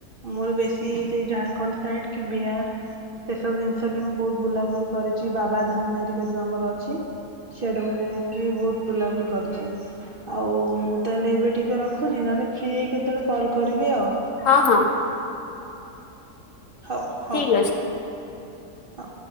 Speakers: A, on the right (about 45°); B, on the left (about 60°).
A: ମୋର ବେଶୀ ସେଇ ଝାଡଖଣ୍ଡ ସାଇଡ କି ବିହାର ସେସବୁ ଜିନିଷ ବି ମୁଁ ବହୁତ ବୁଲାବୁଲି କରିଛି ଛି ବାବାଧାମ ହେରିକା ଯେଉଁ ଆମର ଅଛି ସେଆଟା ମୁଁ ଯାଇକି ବହୁତ ବୁଲାବୁଲି କରିଛି, ଆଉ ମୁଁ ତାହେଲେ ଏବେ ଟିକେ ରଖୁଛି ନହେଲେ ଫ୍ରି ହେଇ କେତେବେଳେ କଲ୍ କରିବି ଆଉ
B: ହଁ ହଁ
A: ହଉ ହଁ
B: ଠିକ ଅଛି।
A: ହଁ